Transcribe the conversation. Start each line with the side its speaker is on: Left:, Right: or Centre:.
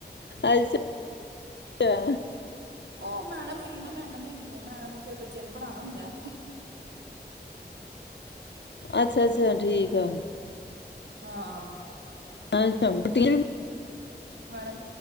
Left: ਅੱਛਿਆ
Right: ਉਹ ਮੈਡਮ ਹੈਗੀ ਨਾ ਮੈਡਮ ਹੈਗੀ ਹੈ ਮੈਡਮ ਫੇਰ ਬੱਚੇ ਨੂੰ ਪੜ੍ਹਾਣਾ ਹੁੰਦਾ।
Left: ਅੱਛਾ-ਅੱਛਾ ਠੀਕ। <unintelligible>
Right: ਹਾਂ
Left: <unintelligible>
Right: ਵੜਾ